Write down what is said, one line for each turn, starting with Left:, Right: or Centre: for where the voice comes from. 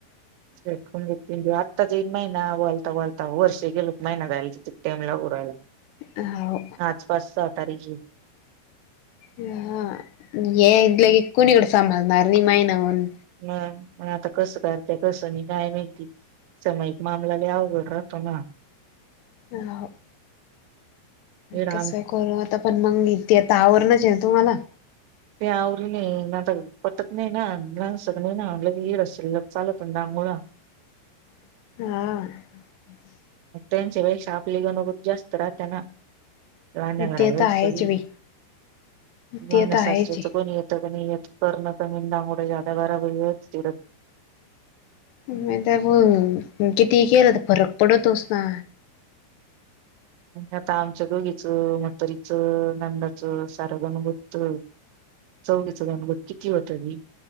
Right: चकूनून आत्ताचन महिना वळता वळता वर्ष गेलोत महिना जायला तिथ टाम लागून
Left: हाव
Right: आसपास सातारी जी.
Left: हा ये इथलं की कोणीकडे सभालणार नाही माहिना म्हून
Right: ह म आता कस करतेय कसं नाही काय माहिती समायिक मामलाला अवघड रा तला
Left: अ
Right: इड आम
Left: कस करू आता. पण मग इ ते आता आवरणच आहे ना तुम्हाला
Right: तेवरि नाही माातागत पटत नाही ना लहान सग नाही ना म्हलं ईड असेल चालतण डांगोळा
Left: हा.
Right: म त्यांच्या व शापली ग नत जास्त राहतेना. राहण्या घरा
Left: ते
Right: वेच
Left: तर आहेच
Right: व
Left: बाई ते
Right: वाहण्याशास्त्राच
Left: तर आहेच आहे
Right: कोणी येत. णत म्हंदा कठ जातकाार वत
Left: नाही ब किती केलं तर फरक पडतोस ना.
Right: आता आमच्या दोघीचं मतरीचं नंदाचं सार गणुभूतच चौकीचं गणगत किती होती.